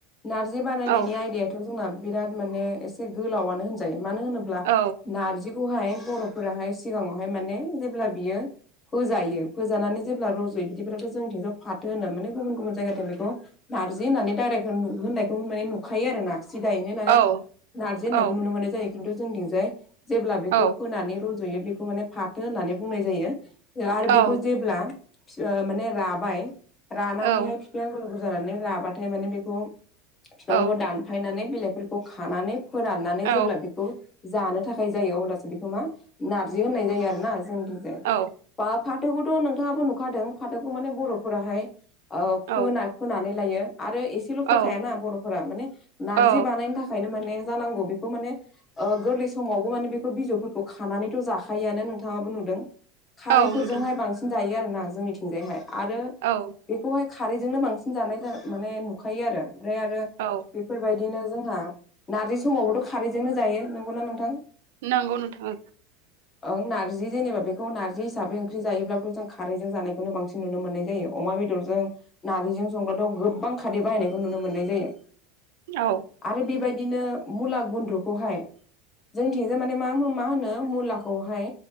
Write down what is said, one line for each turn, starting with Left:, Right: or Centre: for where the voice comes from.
Left: नार्जि बानायनायनि
Right: औ
Left: आयदायाथ' जोंना बिराद माने एसे गोलावआनो होनजायो मानो होनोब ब्ला
Right: औ
Left: नारजिखौहाय बर'फोराहाय सिगाङावहाय माने जेब्ला बियो फोजायो फोजानानै जेब्ला रज'यो बिदिब्लाथ' जोंथिं थ फाथो होनो माने गुबुन गुबुन जायगाथिं बेखौ नारजि होननानै डायरेक्ट होन होननायखौ माने नुखायो आरो ना। सिदायैनो माने
Right: औ
Left: नारजि होननायखौ
Right: औ
Left: नुनो मोनाय जायो खिन्थु जोंनिथिजाय जेब्ला बेखौ
Right: औ
Left: फोनानै रज जयो बेखौ माने फाथो होननानै बुंनाय जायो आरो
Right: औ
Left: बेखौ जेब्ला फि ओ माने राबाय रानानैहाय
Right: औ
Left: बि आंगुल उंगुल जानानै लाबाथाय माने बेखौ बिफांखौ
Right: औ
Left: दान फायनानै बिलाइफोरखौ खानानै फोराननानै
Right: औ
Left: जेब्ला बेख खौ जानो थाखाय जायो अब्लासो बेखौ मा नारजि होननाय जायो आरोना जोंखजाया।
Right: औ
Left: बा फाथोखौथ' नोंथाङाबो नुखादों फाथोखौ माने बर'फोराहाय ओ
Right: औ
Left: फोना फोनानै लायो आरो एसेल'
Right: औ
Left: फोखायाना बर'फोरा माने नारजि
Right: औ
Left: बानायनो थाखाय खायनो माने जानांगौ बेखौ माने गोरलै समावबो माने बेखौ बिजौफोरखौ खानानैथ' जाखायोआनो नोंथाङाबो नुदों। खारैफोरजोंहाय
Right: औ नुदों
Left: बांसिन जायो आरो ना जोंनिथिंजायहाय आरो‌
Right: औ।
Left: बेखौहाय खारैजोंनो बांसिन जानाय माने नुखायो आरो ओमफ्रायो आरो
Right: औ।
Left: बेफोरबायदिनो जोंहा नारजि समावबोथ' खारैजोंनो जायो नंगौना नोंथां?
Right: नांगौ नोंथां औ।
Left: ओं नारजि जेनेबा बेखौ नारजि हिसाबै ओंख्रि जायोब्लाबो जों खारैजों जानायखौनो बांसिन नुनो मोननाय जायो। अमा बेदरजों नारजिजों संबाथ' गोबां खारादै बाहायनायखौ नुनो मोननाय जायो।
Right: औ।
Left: आरो बेबायदिनो मुला गुन्द्रुखौहाय जोंथिंजो माने मा मा होनो मुलाखौहाय